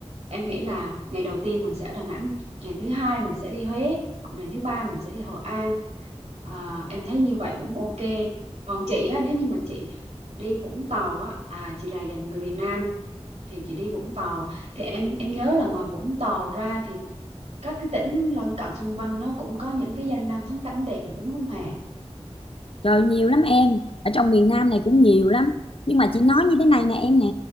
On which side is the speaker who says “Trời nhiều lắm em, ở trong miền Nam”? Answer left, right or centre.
Left